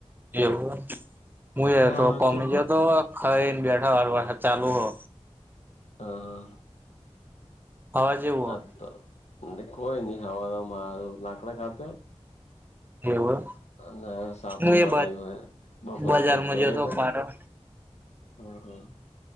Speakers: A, on the right; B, on the left.
A: એવું હું
B: હા
A: એ તો
B: વાત
A: કોમે
B: કે
A: ગયો તો ખાઈને બેઠા વાર વરસાદ ચાલુ હો
B: હા હા.
A: હવા જેવું
B: હા તો એ કોઈ, નહ હવા મારું લાકડા કાપે.
A: હો એવું
B: ના સાપડું
A: હું એ
B: બનાય્યું મે બપોરે
A: બજારમાં
B: થોડું તૈયાર
A: ગયો તો
B: કરી.
A: પાટણ
B: હમ-હમ.